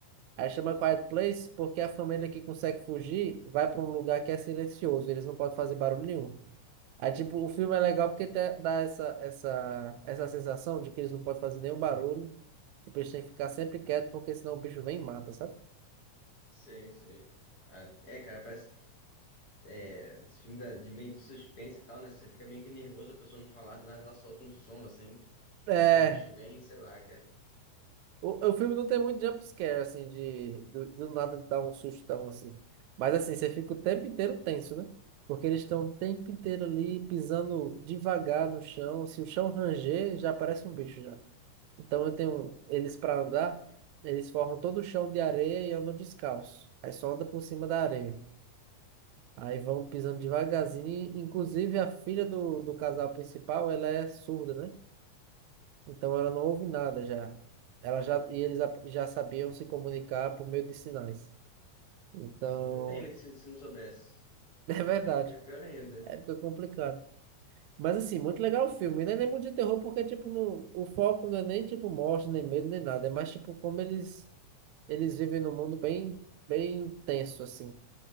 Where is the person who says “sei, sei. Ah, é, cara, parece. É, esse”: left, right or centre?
Left